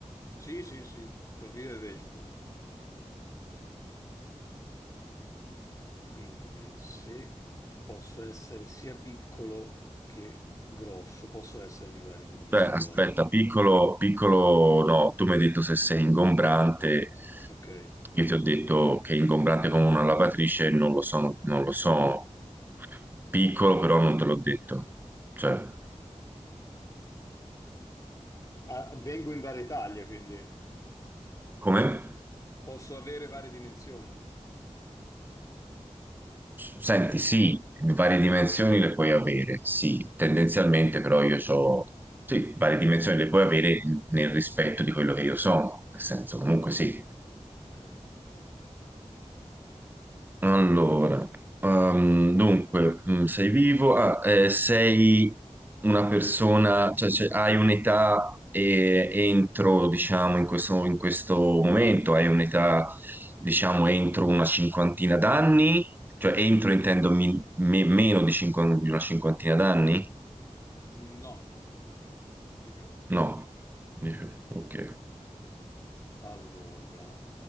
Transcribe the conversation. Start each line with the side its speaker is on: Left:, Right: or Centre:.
Left: Sì, sì, sì, sono vivo e vegeto. Quindi, se posso essere sia piccolo che grosso, posso essere di varie dimensioni.
Right: Beh, aspetta, piccolo, piccolo, no, tu mi hai detto se sei ingombrante,
Left: Ok,
Right: io ti ho detto che è ingombrante come una lavatrice, non lo so, non lo so, piccolo
Left: ok.
Right: però non te l'ho detto, cioè,
Left: Ah, vengo in varie taglie, quindi.
Right: come?
Left: Posso avere varie dimensioni?
Right: Senti, sì, varie dimensioni le puoi avere, sì, tendenzialmente però io ho, sì, varie dimensioni le puoi avere nel rispetto di quello che io sono, nel senso comunque sì.
Left: Ok.
Right: Allora, ehm, dunque, mm, sei vivo, Ah, eh, sei una persona, cioè, se hai un'età e- entro, diciamo, in questo, in questo momento, hai un'età, diciamo, entro una cinquantina d'anni, cioè entro intendo mi- me- meno di, cinquan- di una cinquantina d'anni?
Left: No. Di più.
Right: No, Dice, ok,
Left: Allora,